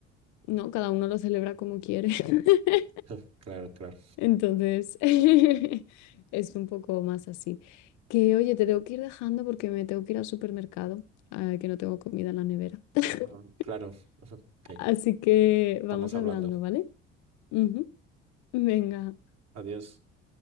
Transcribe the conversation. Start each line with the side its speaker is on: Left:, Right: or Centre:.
Left: ¿no? Cada uno lo celebra como quiere. <laughs>
Right: <laughs> Claro, claro.
Left: Entonces, <laughs> es un poco más así. Que, oye, te tengo que ir dejando porque me tengo que ir al supermercado, ah, que no tengo comida en la nevera. <laughs>
Right: Ajá, Claro. <laughs> Ajá, Ok.
Left: Así que
Right: Estamos
Left: vamos
Right: hablando.
Left: hablando, ¿vale? Ujú. Venga,
Right: Adiós.